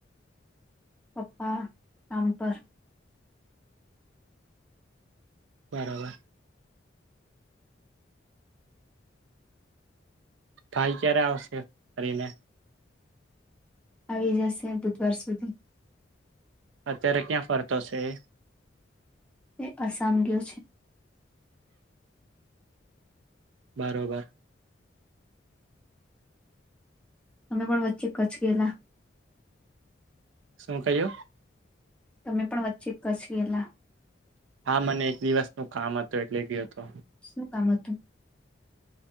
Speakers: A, in the centre; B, on the right.
A: પપ્પા કામ પર.
B: બરાબર. ભાઈ, ક્યારે આવશે ફરીને?
A: આવી જશે, બુધવાર સુધી.
B: અત્યારે ક્યાં ફરતો છે એ?
A: એ અસામ ગયો છે.
B: બરોબર.
A: તમે પણ વચ્ચે કચ્છ ગયેલા?
B: શું કહ્યું?
A: તમે પણ વચ્ચે કચ્છ ગેલા?
B: હા! મને એક દિવસ નું કામ હતું. એટલે ગયો હતો.
A: શું કામ હતુ?